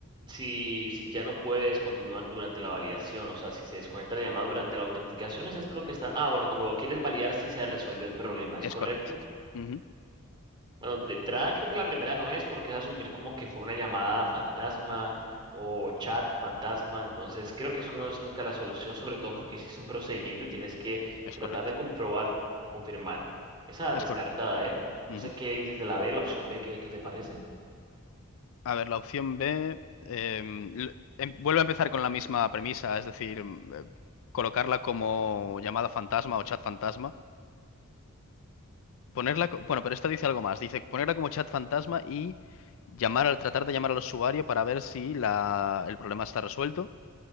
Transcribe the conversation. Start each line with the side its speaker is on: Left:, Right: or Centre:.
Right: si, si ya no puedes continuar durante la validación, o sea, si se desconecta la llamada durante la autenticación, ¿es esto lo que están? Ah, bueno, cuando quieres validar si se resolvió el problema, ¿es
Left: es
Right: correcto?
Left: correcto. Ujú,
Right: Bueno, de entrada creo que la primera no es porque es asumir como que fue una llamada fantasma o chat fantasma, entonces creo que eso no es nunca la solución, sobre todo porque hiciste un procedimiento y tienes que
Left: Es
Right: tratar
Left: correcto.
Right: de comprobar, confirmar. Esa
Left: Es
Right: descartada,
Left: correcto.
Right: ¿eh?
Left: Ujú.
Right: No sé qué dices de la B, la opción B, ¿qué, qué te parece?
Left: A ver, la opción B em, l- em, vuelve a empezar con la misma premisa, es decir, mm, eh, colocarla como llamada fantasma o chat fantasma Ponerla, co- bueno, pero esta dice algo más. Dice ponerla como chat fantasma y llamar al, tratar de llamar al usuario para ver si la, el problema está resuelto.